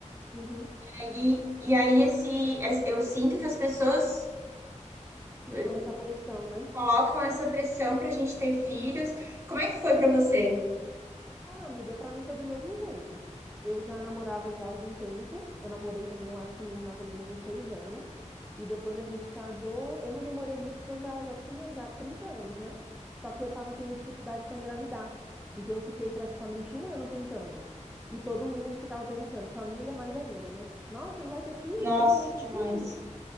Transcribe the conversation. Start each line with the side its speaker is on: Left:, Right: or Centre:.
Centre: Uhum.
Right: Aí, e aí esse, es- eu sinto que as pessoas
Centre: Ficam
Right: eh,
Centre: nessa pressão, né?
Right: colocam essa pressão para a gente ter filhos. Como é que foi para você?
Centre: Ah, amiga, pra mim foi do mesmo jeito. Eu já namorava já há algum tempo. Eu namorei também, eu acho que mais ou menos uns seis anos. E depois a gente casou. Eu não demorei muito porque eu já, já tinha já 30 anos, né? Só que eu tava tendo dificuldade para engravidar. Então eu fiquei praticamente um ano tentando. E todo mundo ficava perguntando, família mais ainda, né? Nossa, não vai ter filho?
Right: Nossa,
Centre: Vocês não vão ter
Right: demais.
Centre: filho?